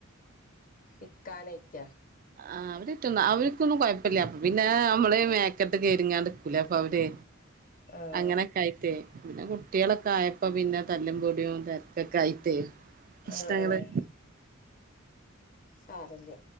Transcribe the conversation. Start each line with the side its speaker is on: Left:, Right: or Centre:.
Left: ഇക്കാനയിക്ക
Right: ആ അവരിട്ടൊന്ന അവർക്കൊന്നും കുഴപ്പമില്ല അപ്പ പിന്നെ നമ്മള് മേക്കട്ട് കേറിങ്ങാണ്ടക്കൂലേ അപ്പൊ അവര്
Left: ആഹ്
Right: അങ്ങനൊക്കെയിട്ട് പിന്നെ കുട്ടികളൊക്കെ ആയപ്പോ പിന്നെ തല്ലുംപൊടിയും തിരക്കൊക്കെ ആയിട്ടേ ഇഷ്ടങ്ങള്
Left: ആഹ് ആഹ് സാരല്ല